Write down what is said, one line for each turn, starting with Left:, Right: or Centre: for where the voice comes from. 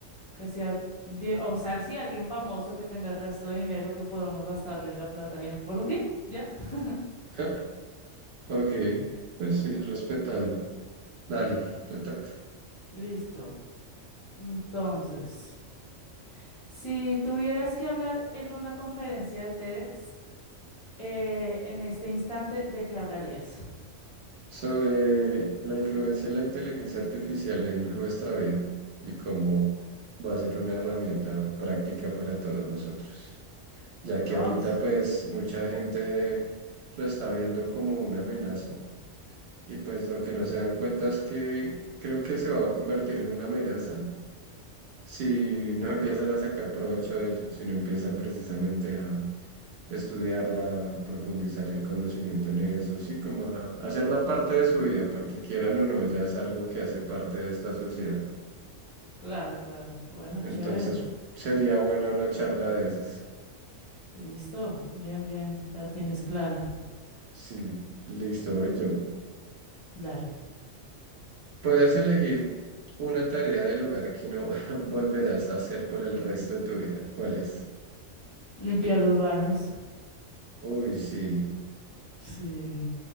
Left: Que sea bien, o sea, sí, alguien famoso que tenga el resto de dinero que pueda uno gastarle la plata ahí por un día, ya. <laughs>
Right: <laughs> Ok, pues sí, respetable. Dale, te toca.
Left: Listo. Entonces, si tuvieras que hablar en una conferencia de TEDx, eh, en este instante, ¿de qué hablarías?
Right: Sobre la influencia de la inteligencia artificial en nuestra vida y cómo va a ser una herramienta práctica para todos nosotros. Ya que
Left: Ross.
Right: ahorita pues mucha gente lo está viendo como una amenaza y pues lo que no se dan cuenta es que creo que se va a convertir en una amenaza si no empiezan a sacar provecho de ello, si no empiezan precisamente a estudiarla, a profundizar el conocimiento en eso, sí, como a hacerla parte de su vida, porque quieran o no, ya es algo que hace parte de esta sociedad.
Left: Claro, claro. Bueno,
Right: Entonces,
Left: chévere.
Right: sería buena una charla de esas.
Left: Listo. Bien, bien. La tienes clara.
Right: Sí, listo, voy yo.
Left: Dale.
Right: Puedes elegir una tarea del hogar que no <laughs> volverás a hacer por el resto de tu vida. ¿Cuál es?
Left: Limpiar los baños.
Right: Uy, sí,
Left: Sí,